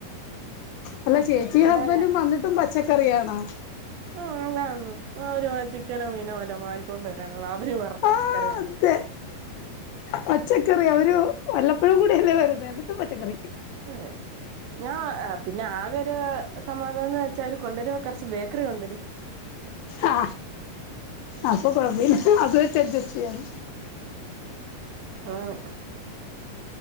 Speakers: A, on the left; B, on the right.
A: അല്ല ചേച്ചി
B: ഇവിടെ
A: ഹസ്ബന്റും
B: രാ
A: വന്നിട്ടും പച്ചക്കറിയാണാ
B: ആഹ് അതാന്ന് ഒരു ചിക്കനോ മീനോ വല്ലോം വാങ്ങിച്ചോണ്ട് വരാനുള്ള അവര് വെറും പച്ചക്കറി
A: ആഹ്
B: കൊണ്ടുതന്ന്
A: അതെ പച്ചക്കറി അവര് വല്ലപ്പഴും കൂടെയല്ലേ വരുന്നെ എന്നിട്ടും പച്ചക്കറി
B: ആഹ് ഞാൻ പിന്നെ ആകെ ഒരു സമാധാനം ന്ന് വെച്ചാ അവര് കൊണ്ടുവരുമ്പൊ കൊറച്ച് ബേക്കറി കൊണ്ടുരും
A: ആ അപ്പൊ കൊഴപ്പില്ല അത് വെച്ച് അഡ്ജസ്റ്റ് ചെയ്യാലൊ
B: ആഹ്